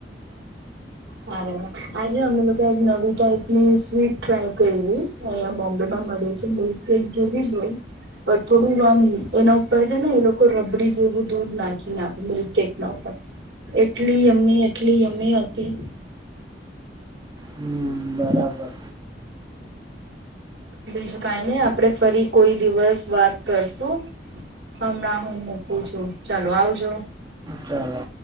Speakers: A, on the right; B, on the right.
A: હ. <unintelligible> આજે અમે લોકો એક નવી ટાઈપની સ્વીટ ટ્રાય કરી, અહીંયા બોમ્બે માં મળી છે મુ <unintelligible> પણ થોડું આમ એના ઉપર છે ને એ લોકો રબડી જેવું દૂધ નાખી નાખે મિલ્કકેક ના ઉપર એટલી યમી એટલી યમી હતી.
B: હમ, બરાબર.
A: બીજું કઈ નહીં, આપડે ફરી કોઈ દિવસ વાત કરશું. હમણાં હું મૂકું છું, ચાલો આવજો.
B: ચાલો